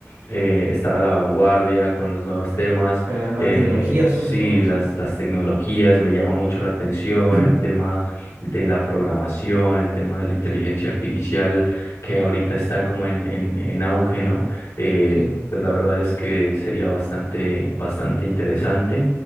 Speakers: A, on the left; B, on the right.
A: eh, estar a la vanguardia con los nuevos temas.
B: con las nuevas
A: Eh,
B: tecnologías
A: sí,
B: sobre todo,
A: las,
B: sí.
A: las tecnologías me llama mucho la atención,
B: <clears throat>
A: el tema de la programación, el tema de la inteligencia artificial que ahorita está como en, en, en auge, ¿no? Eh,
B: Sí.
A: pues la verdad es que sería bastante, bastante interesante.